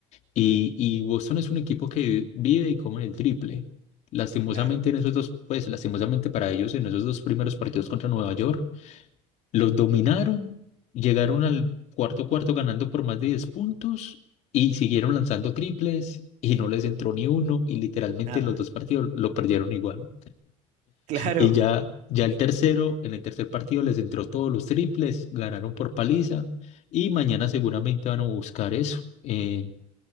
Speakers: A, on the left; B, on the right.
A: y, y Boston es un equipo que vive y come el triple. Lastimosamente
B: Claro,
A: en esos dos, pues lastimosamente para ellos en esos dos primeros partidos contra Nueva York. Los dominaron, llegaron al cuarto cuarto ganando por más de 10 puntos y siguieron lanzando triples y no les entró ni uno y literalmente
B: nada.
A: los dos
B: <laughs>
A: partidos lo perdieron igual.
B: Claro,
A: Y ya, ya el tercero, en el tercer partido les entró todos los triples, ganaron por paliza y mañana seguramente van a buscar eso. Eh,